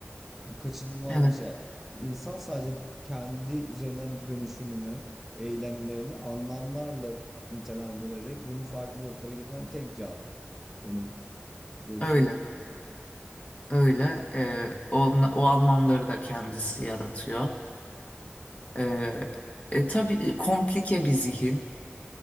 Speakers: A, in the centre; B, on the left.
A: Bu kaçınılmaz
B: Evet,
A: bir şey. Yani İnsan sadece kendi üzerinden dönüşümünü, eylemlerini anlamlarla nitelendirerek bunu farklı boyutlara getiren tek canlı. Benim görüşüm
B: öyle,
A: bu.
B: öyle. Ee, o, o anlamları da kendisi yaratıyor. Ee, e, tabii e, komplike bir zihin.